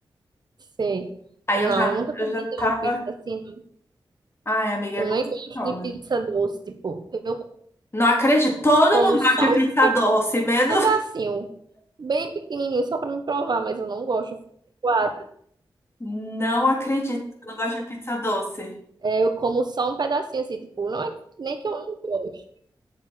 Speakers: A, on the right; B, on the left.
A: sei.
B: Aí
A: Não,
B: eu já
A: nunca comi
B: eu já tava,
A: não, pizza assim. não.
B: ai, amiga,
A: Eu
B: é gostosa.
A: nem gosto de pizza doce. Tipo, eu
B: Não acredito, todo
A: como
B: mundo
A: só
B: gosta de pizza
A: um
B: doce, menos
A: pedacinho, bem pequenininho, só pra me provar, mas eu não gosto. Eu fico enjoada.
B: <laughs> não acredito que eu não gosto de pizza doce.
A: É, eu como só um pedacinho, assim, tipo, não é nem que eu não gosto,